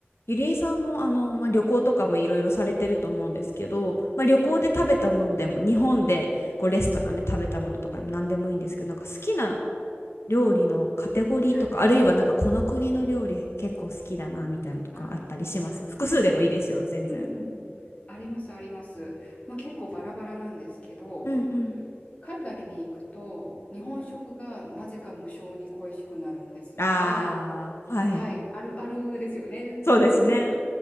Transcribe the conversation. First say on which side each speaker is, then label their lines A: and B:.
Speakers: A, on the left; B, on the left.
A: ゆりえさんもあの、まあ、旅行とかもいろいろされてると思うんですけど、まあ、旅行で食べたものでも日本でこうレストランで食べたものとかでも何でもいいんですけどなんか好きな
B: はい。うんうん。
A: 料理のカテゴリーとかあるいはなんかこの国の料理結構好きだなみたいなのとかあったりします複数でもいいですよ全然。
B: はね、い。うん。ああ、あります。うんうん。あります、あります。まあ結構バラバラなんですけど、
A: うんうん。
B: 海外に行くと日本食がなぜか無性に恋しくなるんですが、
A: ああ、はい。
B: はい、あるあるですよね。
A: そうですね。
B: でも、